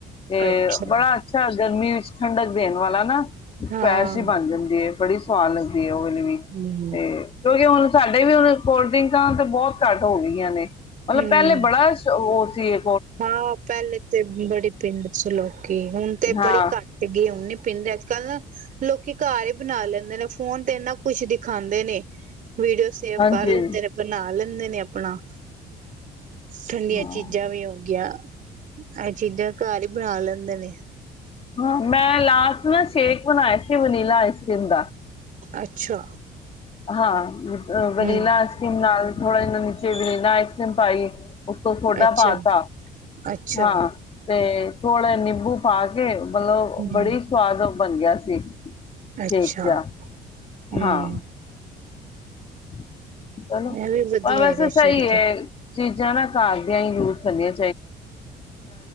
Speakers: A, on the left; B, on the right.
A: ਤੇ
B: ਅੱਛਾ
A: ਬੜਾ ਅੱਛਾ ਗਰਮੀ ਵਿੱਚ ਠੰਡਕ ਦੇਣ ਵਾਲਾ ਨਾ ਸਕਵੈਸ਼
B: ਹਾਂ
A: ਹੀ ਬਣ ਜਾਂਦੀ ਏ। ਬੜੀ ਸੁਵਾਦ ਲੱਗਦੀ ਹੈ ਉਹ <unintelligible> ਵੀ ਤੇ
B: ਹਮ
A: ਕਿਉਂਕਿ ਹੁਣ ਸਾਡੇ ਵੀ ਹੁਣ ਕੋਲਡਰਿੰਕਾਂ ਤੇ ਬਹੁਤ ਘੱਟ ਹੋ ਗਈਆਂ ਨੇ, ਮਤਲਬ
B: ਹਮ
A: ਪਹਿਲੇ ਬੜਾ ਉ ਤੇ
B: ਹਾਂ ਪਹਿਲੇ ਤੇ ਬੜੀ ਪਿੰਦੇ ਸੀ। ਲੋਕੀ ਹੁਣ ਤੇ
A: ਹਾਂ
B: ਬੜੀ ਘੱਟ ਗਈ ਹੁਣ ਨੀ ਪੀਂਦੇ ਅੱਜ ਕੱਲ ਲੋਕੀ ਘਰ ਹੀ ਬਣਾ ਲੈਂਦੇ ਨੇ, ਫੋਨ ਤੇ ਇਨਾ ਕੁਛ ਦਿਖਾਉਂਦੇ ਨੇ। ਵੀਡੀਓ ਸੇਵ
A: ਹਾਂਜੀ
B: ਕਰ ਲੈਂਦੇ ਨੇ, ਬਣਾ <unintelligible> ਲੈਂਦੇ ਨੇ ਆਪਣਾ ਠੰਡੀਆਂ
A: ਹਾਂ
B: ਚੀਜ਼ਾਂ ਵੀ ਉਹ ਗਿਆ, ਇਹ ਚੀਜ਼ਾਂ ਘਰ ਹੀ ਬਣਾ ਲੈਂਦੇ ਨੇ।
A: ਹਾਂ, ਮੈਂ ਲਾਸਟ ਨਾ ਸ਼ੇਖ ਬਣਾਇਆ ਸੀ ਵਨੀਲਾ ਆਇਸ ਕਿਂਦਾ।
B: ਅੱਛਾ।
A: ਹਾਂ। ਅ ਵਨੀਲਾ
B: ਹੂੰ
A: ਆਈਸਕ੍ਰੀਮ ਨਾਲ ਥੋੜਾ ਜ ਨੀਚੇ ਵਨੀਲਾ ਆਈਸ-ਕਰ੍ਰੀਮ ਪਾਈ ਉਤੋਂ ਸੋਡ
B: ਅੱਛਾ
A: ਪਾ ਤਾ,
B: ਅੱਛਾ
A: ਹਾਂ ਤੇ ਥੋੜੇ, ਨਿੰਬੂ ਪਾ ਕੇ ਮਤਲਬ
B: ਹੂੰ
A: ਬੜੀ ਸਵਾਦ ਬਣ ਗਿਆ ਸੀ। ਕੇਕ
B: ਅੱਛਾ
A: ਜਿਹਾ
B: ਹੂੰ
A: ਹਾਂ
B: ।
A: <inaudible> ਚਲੋ
B: ਇਹ ਵੀ ਵਧੀਆ,
A: ਪਰ ਵੈਸੇ
B: ਹੈਗਾ
A: ਸਹੀ
B: ਸ਼ੁਰੂ
A: ਹੈ
B: ਤੋਂ।
A: ਚੀਜ਼ਾਂ ਨਾ ਘਾਰ ਦੀਆਂ ਹੀ ਯੂਜ ਕਰਨਿਆਂ
B: <unintelligible>